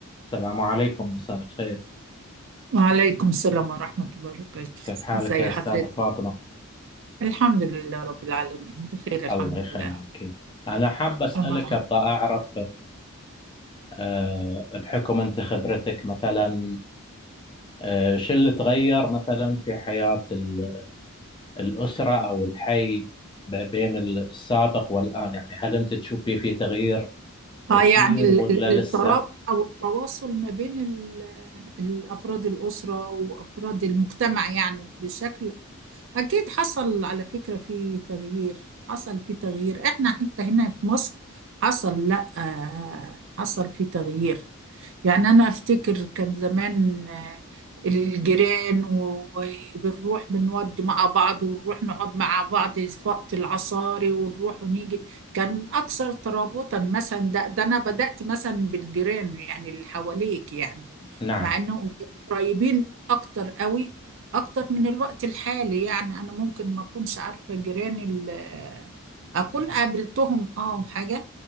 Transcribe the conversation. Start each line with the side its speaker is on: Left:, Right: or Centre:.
Left: السلام عليكم مساء الخير
Right: وعليكم السلام ورحمة الله وبركاته
Left: كيف حالك
Right: ازي
Left: يا أستاذة
Right: حضرتك
Left: فاطمة
Right: الحمد لله رب العالمين بخير الحمد
Left: الله يخليك
Right: لله
Left: أنا حاب أسألك
Right: أمرها
Left: أبغى أعرف آه، بحكم أنت خبرتك مثلا آه، شو اللي تغير مثلا في حياة ال- الأسرة أو الحي ب- بين السابق والآن يعني هل أنت تشوفي في تغيير
Right: اه
Left: كثير
Right: يعني ال-
Left: ولا
Right: ال-
Left: لسه؟
Right: الترابط أو التواصل ما بين ال- أفراد الأسرة وأفراد المجتمع يعني بشكل أكيد حصل على فكرة في تغيير حصل في تغيير إحنا حتى هنا في مصر حصل لأ آه، حصل في تغيير يعني أنا أفتكر كان زمان آه، الجيران و- وبنروح بنودي مع بعض ونروح نقعد مع بعض في وقت العصاري ونروح ونيجي كان أكثر ترابطا مثلا ده, ده أنا بدأت مثلا بالجيران يعني اللي حواليك يعني
Left: نعم
Right: مع إنهم قريبين أكتر قوي أكتر من الوقت الحالي يعني أنا ممكن ما أكونش عارفة جيراني ال- آه، أكون قابلتهم أه وحاجة